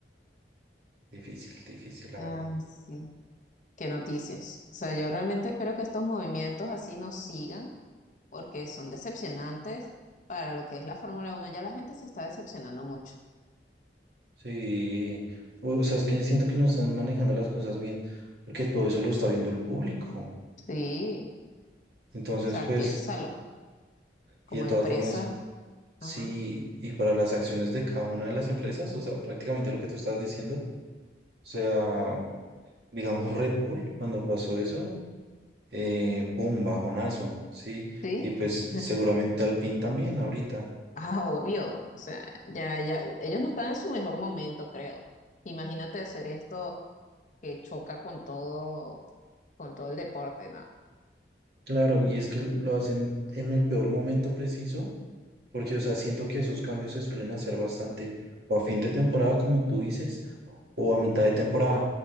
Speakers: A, on the right (about 65°); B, on the left (about 45°).
A: difícil, difícil, la
B: Ah,
A: verdad.
B: sí. Qué noticias. O sea, yo realmente espero que estos movimientos así nos sigan porque son decepcionantes para lo que es la Fórmula uno Ya la gente se está decepcionando mucho.
A: Sí, o sea, es que siento que no están manejando las cosas bien, porque todo eso lo está viendo el público.
B: Sí.
A: Entonces,
B: O sea,
A: pues,
B: piénsalo. Como
A: y de todas
B: empresa.
A: formas, sí,
B: Ajá.
A: y para las acciones de cada una de las empresas, o sea, prácticamente lo que tú estabas diciendo, o sea, digamos Red Bull, cuando pasó eso, eh, un bajonazo, ¿sí?
B: Sí.
A: Y pues seguramente
B: <laughs>
A: al también ahorita.
B: Ah, obvio, o sea, ya, ya, ellos no están en su mejor momento, creo. Imagínate hacer esto que choca con todo, con todo el deporte, nada.
A: Claro, y es que lo hacen en el peor momento preciso, porque, o sea, siento que esos cambios se suelen hacer bastante o a fin de temporada, como tú dices, o a mitad de temporada.